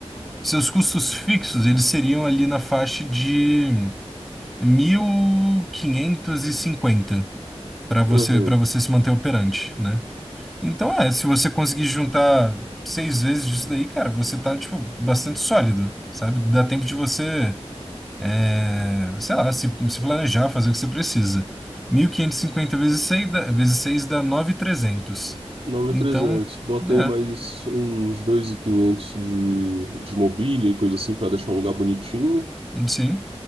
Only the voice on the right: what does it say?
Aham.
9.300.
Bota
aí mais uns 2.500 de, de mobília e coisa assim pra deixar o lugar bonitinho.